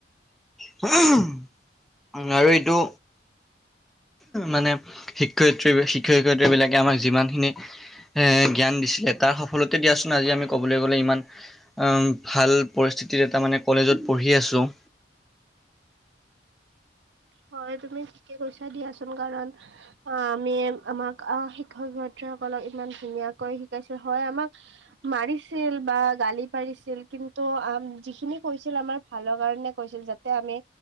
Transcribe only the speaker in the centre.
<unintelligible> আৰু এইটো মানে, শিক্ষয়িত্ৰী, শিক্ষ-শিক্ষয়িত্ৰী বিলাকে আমাক যিমানখিনি এ জ্ঞান দিছিলে তাৰ সফলতে দিয়াচোন আজি আমি ক'বলৈ গ'লে ইমান উম, ভাল পৰিস্থিতি এটা মানে, কলেজত পঢ়ি আছোঁ।